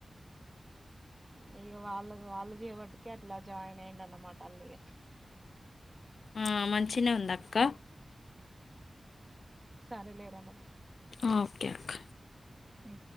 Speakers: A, on the right; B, on the left.
A: అ ఇగా వాళ్ళది వాళ్లు చేయవట్టి అట్లా జాయిన్ అయ్యిండు అన్నమాట అళ్ల ఇగా
B: ఆ మంచిినే ఉంది అక్క
A: సరేలేరా మరి
B: ఆ ఓకే అక్క
A: ఉ